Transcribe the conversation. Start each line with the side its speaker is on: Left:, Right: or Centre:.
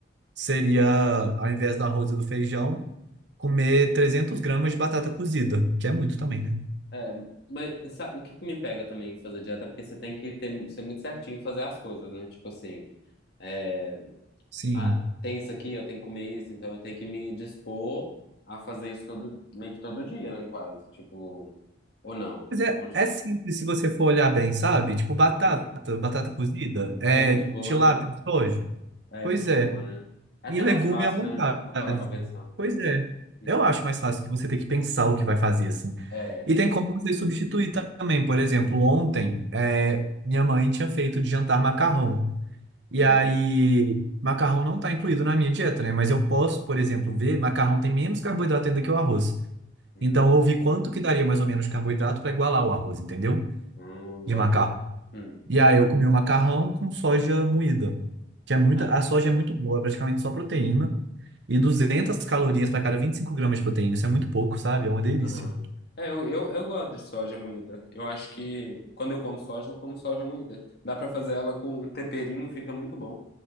Right: seria, ao invés do arroz e do feijão, comer 300 gramas de batata cozida, que é muito também, né?
Left: é, mas sabe, o que que me pega também em fazer dieta é porque você tem que ter, ser muito certinho em fazer as coisas, né? Tipo assim. é,
Right: Sim.
Left: ah, tem isso aqui, eu tenho que comer isso, então eu tenho que me dispor a fazer isso todo, meio que todo dia, né, quase. Tipo, ou não.
Right: Mas
Left: Você
Right: é,
Left: cons-
Right: é simples se você for olhar bem, sabe? Tipo batata,
Left: hum.
Right: batata cozida, é
Left: É muito de boa,
Right: tilápia,
Left: né?
Right: soja.
Left: É
Right: Pois
Left: muito de
Right: é.
Left: boa, né? É
Right: E
Left: até
Right: legume
Left: mais fácil,
Right: à vontade.
Left: né? Se for parar pra pensar.
Right: Pois é.
Left: Hum.
Right: Eu acho mais fácil que você ter que pensar o que vai fazer, assim.
Left: É.
Right: E tem como você substituir também. Por exemplo, ontem, é, minha mãe tinha feito de jantar macarrão. E
Left: Uhum,
Right: aí, macarrão não está incluído na minha dieta, né? Mas eu posso, por exemplo, ver, macarrão tem menos carboidrato ainda que o arroz.
Left: uhum.
Right: Então, eu vi quanto que daria mais ou menos de carboidrato para igualar o arroz, entendeu?
Left: Hum,
Right: de
Left: bota
Right: macarrão.
Left: fé. Hum.
Right: E aí eu comi o macarrão com soja moída, que é muita,
Left: Ah,
Right: a soja é muito boa, é praticamente só proteína e 200 calorias para cada 25 gramas de proteína. Isso é muito pouco, sabe? É uma delícia.
Left: aham. É, eu, eu, eu gosto de soja moída. Eu acho que quando eu como soja, eu como soja moída. Dá pra fazer ela com um temperinho, fica muito bom.